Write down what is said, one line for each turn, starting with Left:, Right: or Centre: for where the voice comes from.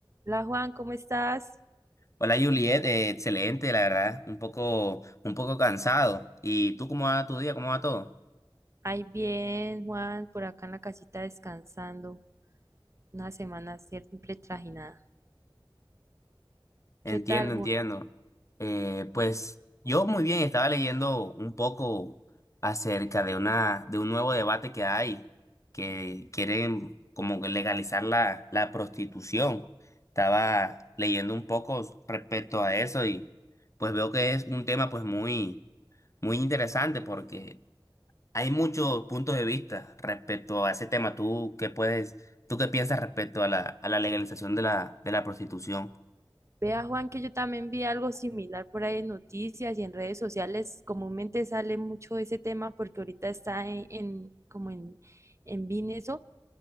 Right: Hola Juan, ¿cómo estás?
Left: Hola Juliet, eh, excelente, la verdad, un poco, un poco cansado. ¿Y tú cómo va tu día? ¿Cómo va todo?
Right: Ay, bien, Juan, por acá en la casita descansando. Una semana siempre trajinada.
Left: Entiendo,
Right: ¿Qué tal,
Left: entiendo.
Right: Juan?
Left: Eh, pues yo muy bien, estaba leyendo un poco acerca de una, de un nuevo debate que hay, que quieren como que legalizar la, la prostitución. Estaba leyendo un poco respecto a eso y pues veo que es un tema pues muy, muy interesante porque Hay muchos puntos de vista respecto a ese tema. ¿Tú qué puedes, tú qué piensas respecto a la, a la legalización de la, de la prostitución?
Right: Vea, Juan, que yo también vi algo similar por ahí en noticias y en redes sociales. Comúnmente sale mucho ese tema porque ahorita está en, en- como en, en VIN eso.